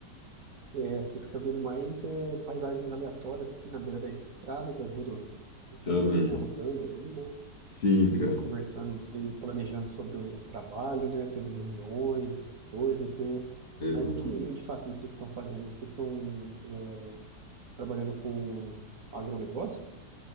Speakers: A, on the right; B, on the left.
A: É, você fica vendo mais é, paisagens aleatórias, assim, na beira da estrada, das rodovias,
B: Também.
A: né, rodando ali, né,
B: Sim, cara.
A: e conversando, não sei, planejando sobre o trabalho, né, tendo reuniões, essas coisas, né.
B: Exato.
A: Mas o que, de fato, vocês estão fazendo? Vocês estão é, trabalhando com agronegócios?